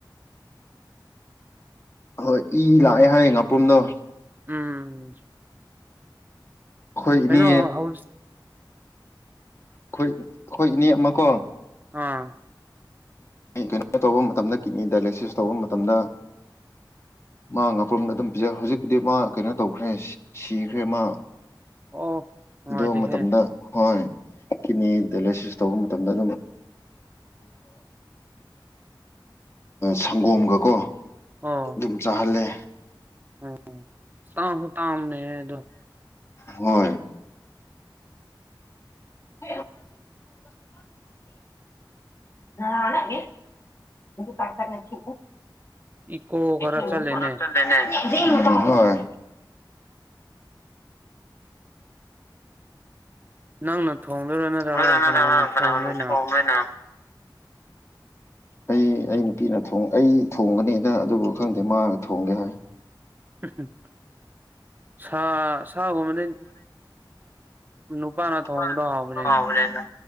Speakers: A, on the left (about 35°); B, on the right (about 25°).
A: ꯍꯣꯏ ꯏ ꯂꯥꯛꯑꯦ ꯍꯥꯏꯌꯦ ꯉꯥꯄ꯭ꯔꯨꯝꯗꯣ
B: ꯎꯝ
A: ꯑꯩꯈꯣꯏ ꯏꯅꯦ
B: ꯀꯩꯅꯣ ꯍꯧꯎ
A: ꯑꯩꯈꯣꯏ ꯑꯩꯈꯣꯏ ꯏꯅꯦ ꯑꯃꯀꯣ
B: ꯑꯥ
A: ꯀꯩꯅꯣ ꯇꯧꯕ ꯃꯇꯝꯗ ꯀꯤꯠꯅꯤ ꯗꯥꯏꯂꯦꯁꯤꯁ ꯇꯧꯕ ꯃꯇꯝꯗ ꯃꯥ ꯉꯥꯄ꯭ꯔꯣꯝꯗ ꯑꯗꯨꯝ ꯄꯤꯖ ꯍꯧꯖꯤꯛꯄꯨꯗꯤ ꯃꯥ ꯀꯩꯅꯣ ꯇꯧꯈ꯭ꯔꯦ ꯁꯤꯈ꯭ꯔꯦ ꯃꯥ
B: ꯑꯣ ꯅꯨꯡꯉꯥꯏꯇꯦꯍꯦ
A: ꯑꯗꯨꯣ ꯃ ꯃꯇꯝꯗ ꯍꯣꯏꯣꯏ ꯀꯤꯅꯤ ꯗꯥꯏꯂꯦꯁꯤꯁ ꯇꯧꯕ ꯃꯇꯝꯗ ꯑꯗꯨꯝꯄ ꯁꯪꯒꯣꯝꯒ ꯀꯣ
B: ꯑꯣ
A: ꯑꯗꯨꯝ ꯆꯥꯍꯜꯂꯦ
B: ꯎꯝ ꯇꯥꯎꯁꯨ ꯇ ꯑꯃꯅꯦꯗ
A: ꯍꯣꯏ <inaudible> ꯅ ꯀꯇꯔ ꯁꯤ
B: ꯏꯀꯣ ꯈꯔ
A: ꯑꯣ
B: ꯆꯠꯂꯦꯅꯦ
A: ꯐꯔ ꯆꯠꯦꯅꯦ ꯎꯝ ꯍꯣꯏ
B: ꯅꯪꯅ ꯊꯣꯡꯗꯣꯏꯔꯣ ꯅꯠꯇ꯭ꯔꯒ
A: ꯀꯅꯥꯅ
B: ꯀꯅꯥꯅꯣ ꯊꯣꯡꯗꯣꯏꯅꯣ
A: ꯊꯣꯡꯕ꯭ꯔꯅ ꯑꯩ ꯑꯩ ꯅꯨꯄꯤꯅ ꯑꯩ ꯊꯣꯡꯒꯅꯤꯗ ꯑꯗꯨꯕꯨ ꯈꯪꯗꯦ ꯃꯥ ꯊꯣꯡꯒꯦ ꯍꯥꯏ
B: ꯎꯝ ꯁꯥ ꯁꯥꯒꯨꯝꯕꯗꯤ ꯅꯨꯄꯥꯅ
A: ꯅꯨꯄꯥꯅ
B: ꯊꯣꯡꯕꯗꯣ ꯍꯥꯎꯕꯅꯦ ꯑꯩꯅ
A: ꯍꯥꯎꯕꯅꯦꯗ